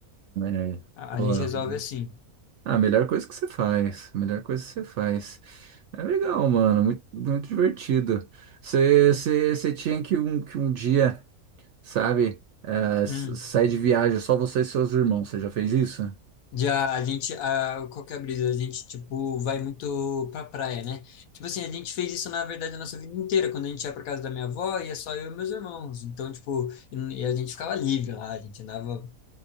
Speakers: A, on the right; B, on the left.
A: É,
B: A
A: pô,
B: a gente resolve assim.
A: Ah, a melhor coisa que você faz, a melhor coisa que você faz. É legal, mano, muito, muito divertido. Você, você, você tinha que um, que um dia, sabe, eh, s-
B: Hum.
A: sair de viagem só você e seus irmãos, você já fez isso?
B: Já a gente, a, qual que é a brisa? A gente, tipo, vai muito pra praia, né? Tipo assim, a gente fez isso, na verdade, a nossa vida inteira. Quando a gente ia pra casa da minha avó, ia só eu e meus irmãos. Então, tipo, e, e a gente ficava livre lá, a gente andava